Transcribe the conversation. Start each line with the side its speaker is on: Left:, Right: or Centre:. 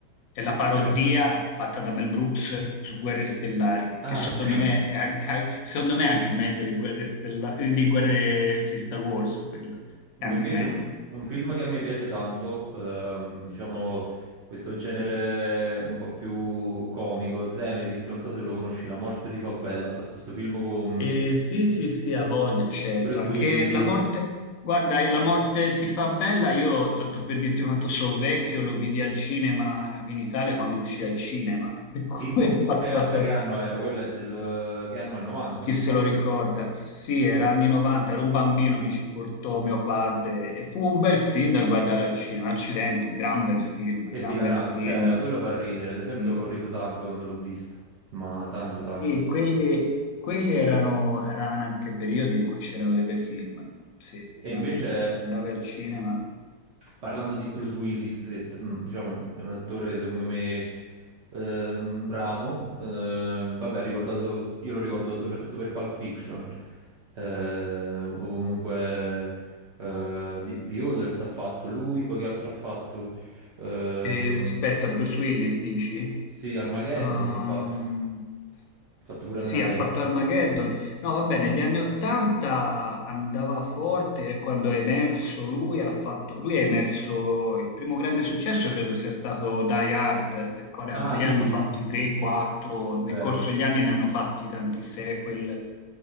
Left: è
Right: Ok.
Left: la parodia fatta da Mel Brooks su Guerre Stellari,
Right: Ah,
Left: che secondo
Right: ok.
Left: me è, an- è- secondo me è anche meglio di Guerre Stellari, di Guerre, sì, Star Wars, quello è
Right: Ma
Left: anche
Right: invece
Left: meglio.
Right: un, un film che a me piace tanto, ehm, diciamo questo genere un po' più comico, Zemeckis, non so se lo conosci, La morte ti fa bella, ha fatto questo film con
Left: E sì, sì, sì, ha voglia, certo.
Right: Bruce
Left: Anche
Right: Willis,
Left: la morte, guarda, io- la morte ti fa bella, io tanto per dirti quanto so vecchio, lo vidi al cinema in Italia quando uscì al cinema, <laughs> per cui
Right: tipo,
Left: è passato.
Right: che aspetta, che anno era? Quello è del, che anno è 90,
Left: Chi se
Right: no?
Left: lo ricorda? Sì, era anni 90, ero un bambino, mi ci portò mio padre e fu un bel film da guardare al cinema. Accidenti, gran bel film,
Right: Esilarante,
Left: gran bel film.
Right: cioè quello fa ridere,
Left: Sì.
Right: ad esempio ho riso tanto quando l'ho visto, ma tanto tanto.
Left: E quelli, quelli erano, erano anche periodi in cui c'erano dei bei film. Sì, veramente.
Right: E invece
Left: Andavi al cinema
Right: Parlando di Bruce Willis, che t- mm, diciamo, è un attore secondo me ehm, bravo, ehm, vabbè, ricordato- io lo ricordo soprattutto per Pulp Fiction, eh, o comunque eh, The The Others ha fatto lui, poi che altro ha fatto? Ehm,
Left: e aspetta, Bruce Willis dici?
Right: sì, Armageddon
Left: Ehm,
Right: ha fatto, ha fatto pure
Left: Sì,
Right: Armageddon.
Left: ha fatto Armageddon. No, va bene, negli anni Ottanta andava forte e quando è emerso lui, ha fatto, lui è emerso, il primo grande successo credo sia stato Die Hard, del quale
Right: Ah,
Left: anche
Right: sì,
Left: lì hanno
Right: sì,
Left: fatti
Right: sì, sì,
Left: 3, 4, nel
Right: vero.
Left: corso degli anni ne hanno fatti tanti sequel.